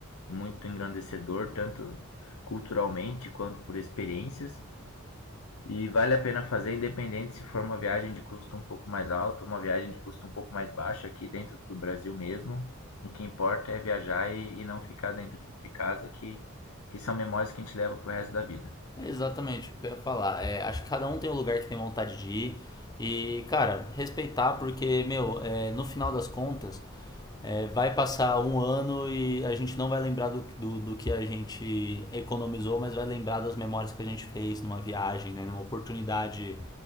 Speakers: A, on the left; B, on the left.
A: muito engrandecedor, tanto culturalmente quanto por experiências. E vale a pena fazer independente se for uma viagem de custo um pouco mais alto, uma viagem de custo um pouco mais baixo aqui dentro do Brasil mesmo. O que importa é viajar e, e não ficar dentro de casa, que, que são memórias que a gente leva pro resto da vida.
B: É Exatamente o que eu ia falar. É, acho que cada um tem o lugar que tem vontade de ir. E, cara, respeitar, porque, meu, é, no final das contas, é, vai passar um ano e a gente não vai lembrar do, do, do que a gente economizou, mas vai lembrar das memórias que a gente fez numa viagem, né, numa oportunidade